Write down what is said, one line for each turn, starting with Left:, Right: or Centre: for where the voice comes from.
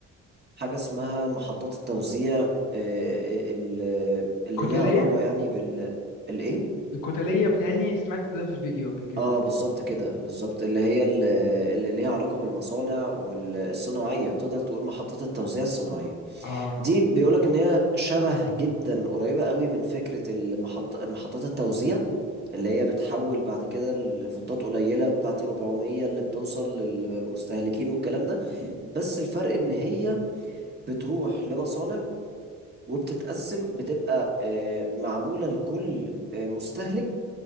Right: حاجة اسمها محطات التوزيع آه، آه، ال- اللي
Left: كتلية
Right: ليها علاقة يعني بال الإيه؟
Left: الكتلية بتهيألي سمعت ده في الفيديو قبل كده
Right: اه بالظبط كده بالظبط اللي هي ال- اللي ليها علاقة بالمصانع والصناعية تقدر تقول محطات التوزيع الصناعية
Left: اه
Right: دي بيقولك ان هي شبه جدا قريبة قوي من فكرة المحط... محطات التوزيع اللي هي بتحول بعد كده لفولتات قليلة بتاعت 400 اللي بتوصل للمستهلكين والكلام ده بس الفرق ان هي بتروح لمصانع وبتتقسم بتبقى آه، معمولة لكل آه، مستهلك